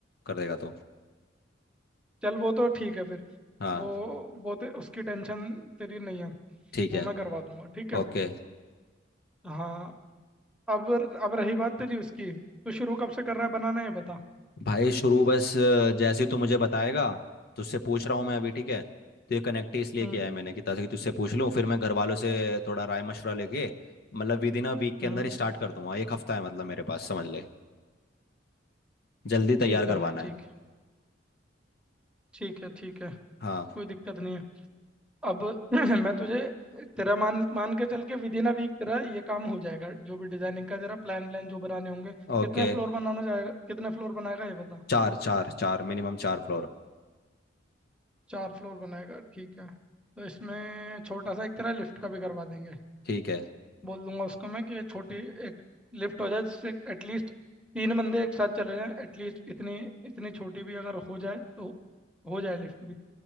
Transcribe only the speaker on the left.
कर देगा तो
हाँ
ठीक
है
ओके
भाई शुरू बस अ, जैसे ही तू मुझे बताएगा तुझसे पूछ रहा हूँ मैं अभी ठीक है तो ये कनेक्ट ही इसलिए
किया है मैंने कि ताकि तुझसे पूछ लूँ फिर मैं घर वालों से थोड़ा राय मशवरा लेके मतलब विद इन अ वीक के
अंदर स्टार्ट कर दूंगा एक हफ्ता है मतलब मेरे पास समझ ले जल्दी तैयार
करवाना
है
हाँ
ओके
चार चार चार मिनिमम चार फ्लोर
ठीक है